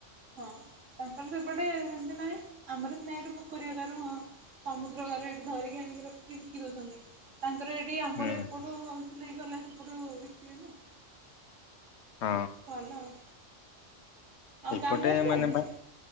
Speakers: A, on the right (about 75°); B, on the left (about 65°).
A: ହଁ ତାଙ୍କର ସେପଟେ ଏମତି ନାହିଁ ଆମର ତ ନାଇଁ ଏଠୁ ପୋଖରୀ ହେକାରୁ ସମୁଦ୍ର ହେକାରୁ ଏଠି ଧରିକି ଆଣିକି ରଖିକି ବିକି ଦଉଛନ୍ତି ତାଙ୍କର ଠି ଆମର
B: ହୁଁ।
A: ଏପଟୁ ଅୁ ହେଇଗଲା ସେପଟୁ ଦେଖିବେ ନା
B: ହଁ
A: ଭଲ ଆଉ। ଆଉ
B: ଏପଟେ
A: ଗାଁକୁ ଆସିଛନ୍ତି?
B: ମାନେ ବା